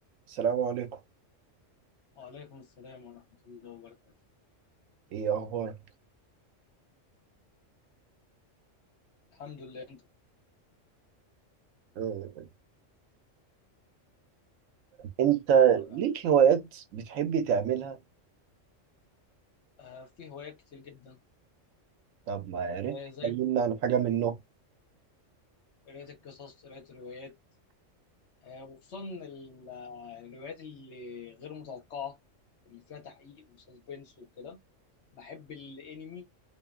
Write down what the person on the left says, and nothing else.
وعليكم السلام ورحمة الله وبركاته
الحمد لله أنت
طبعا
آه في هوايات كتير جدا
آه
زي
قراية القصص قراية الروايات آه وخصوصا ال- آه، الروايات اللي غير متوقعة اللي فيها تحقيق وسسبنس وكده بحب الأنمي